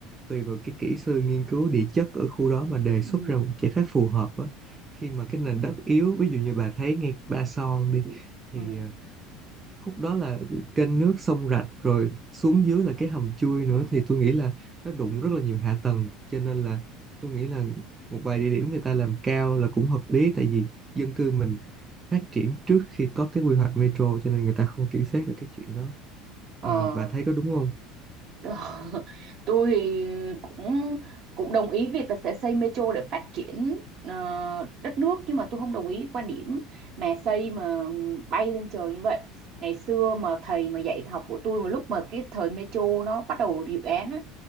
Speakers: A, on the right (about 25°); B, on the right (about 50°).
A: tùy vào cái kỹ sư nghiên cứu địa chất ở khu đó mà đề
B: ừ,
A: xuất ra một giải pháp phù hợp á. Khi mà cái nền đất yếu, ví dụ như bà thấy ngay Ba Son đi, thì
B: ừ.
A: à, khúc đó là kênh nước sông rạch rồi xuống dưới là cái hầm chui nữa thì tôi nghĩ là nó đụng rất là nhiều hạ tầng cho nên là tôi nghĩ là một vài địa điểm người ta làm cao là cũng hợp lý tại vì dân cư mình phát triển trước khi có cái quy hoạch metro cho nên người ta không kiểm soát được cái chuyện đó
B: Ờ.
A: Ờ, bà thấy có đúng không?
B: Ờ, <laughs> tôi thì cũng cũng đồng ý việc là sẽ xây metro để phát triển ờ, đất nước nhưng mà tôi không đồng ý quan điểm mà xây mà bay lên trời như vậy ngày xưa mà thầy mà dạy học của tôi mà lúc mà cái thời metro nó bắt đầu dự án á